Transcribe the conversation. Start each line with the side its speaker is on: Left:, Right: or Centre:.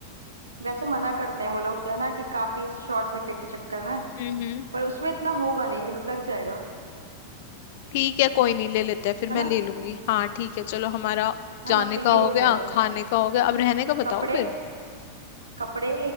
Right: वैसे मना करते हैं वो लोग है ना कि काफी शॉर्ट सर्किट के चक्कर में
Left: हम्म
Right: पर उसमें इतना होगा नहीं तो लग जाएगा
Left: ठीक है कोई नहीं ले लेते हैं फिर
Right: है
Left: मैं
Right: ना
Left: ले लूंगी हाँ ठीक है चलो हमारा जाने
Right: है ना तो
Left: का
Right: ये
Left: हो
Right: हो
Left: गया
Right: जाएगा
Left: खाने का हो गया अब रहने का बताओ
Right: कपड़े
Left: फिर
Right: कपड़े